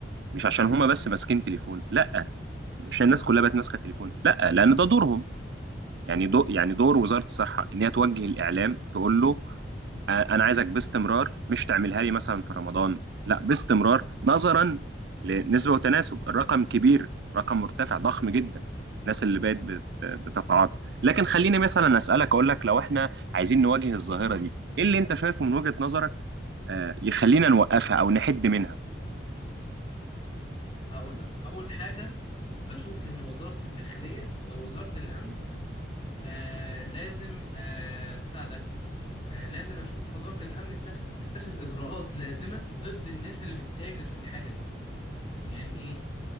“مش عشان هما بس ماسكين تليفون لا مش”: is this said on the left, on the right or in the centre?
Right